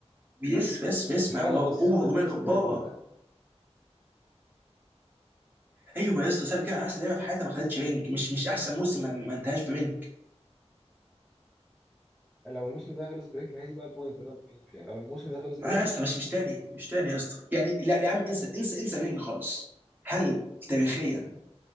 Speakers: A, on the right (about 15°); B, in the centre.
A: بيس بس بس
B: تخيل
A: مع
B: لو السيزون
A: قوه
B: ده
A: هجوميه
B: خلص
A: جباره
B: برينج
A: ايوه يا اسطى سابق كده احسن لعيبه في حياتها ما خدتش رينج مش مش احسن موسم ما, ما انتهاش برينج
B: لو الموسم ده خلص برينج ما هي دي بقى البوينت اللي انا بتكلم فيها لو الموسم ده خلص برينج
A: آه يا اسطى مش مش تاني مش تاني يا اسطى يعني لا يا عم انسى انسى انسى رينج خالص هل تاريخيا